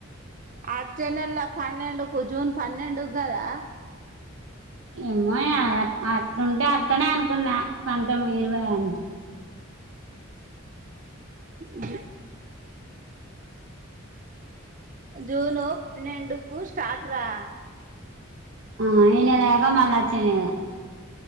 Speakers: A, on the right; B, on the right.
A: అచ్చే నెలా పన్నెండుకు జూన్ పన్నెండుగ్ గదా
B: ఏమో అట్లుంటే అట్లనే అనుకున్నా పంతొమ్మిది ఇరవై అంటే.
A: అ జూనూ పన్నెండు కు స్టార్ట్ రా.
B: ఆ ఈ నెల కాక మల్లొచ్చెనెలా.